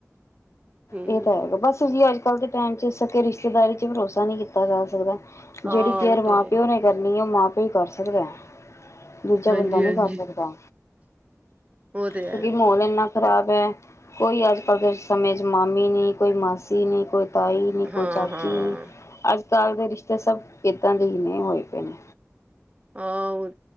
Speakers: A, on the right; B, on the left.
A: ਹਮ
B: ਈਤਾਂ ਹੈਗਾ ਬਸ ਜੀ ਅੱਜ-ਕੱਲ ਦੇ ਟਾਈਮ ਚ ਸਕੇ ਰਿਸ਼ਤੇਦਾਰੀ ਚ ਭਰੋਸਾ ਨੀਂ ਕੀਤਾ ਜਾ ਸਕਦਾ। ਜੇੜੀ
A: ਹਾਂ ਉਹ
B: ਕੇਅਰ ਮਾਂ-ਪਿਓ
A: ਤੇ ਹੈ।
B: ਨੇ ਕਰਨੀ ਐ ਓ ਮਾਂ-ਪਿਓ ਈ ਕਰ ਸਕਦਾ ਐ। ਦੂਜਾ
A: ਹਾਂਜੀ
B: ਬੰਦਾ ਨੀ
A: ਹਾਂਜੀ
B: ਕਰ ਸਕਦਾ,
A: ਉਹ ਤੇ ਹੈ
B: ਕਿਓਂਕਿ ਮੌਲ ਇੰਨਾ ਖਰਾਬ ਐ ਕੋਈ ਅੱਜ-ਕੱਲ ਦੇ ਸਮੇਂ ਚ ਮਾਮੀ ਨੀ ਕੋਈ ਮਾਸੀ ਨੀ ਕੋਈ ਤਾਈ ਨੀ
A: ਹਾਂ
B: ਕੋਈ ਚਾਚੀ
A: ਹਾਂ
B: ਨੀ ਅੱਜ-ਕੱਲ ਦੇ ਰਿਸ਼ਤੇ ਸਬ ਏਦਾਂ ਦੇ ਈ ਨੇ ਹੋਏ ਪਏ ਨੇ।
A: ਹਾਂ ਹੁ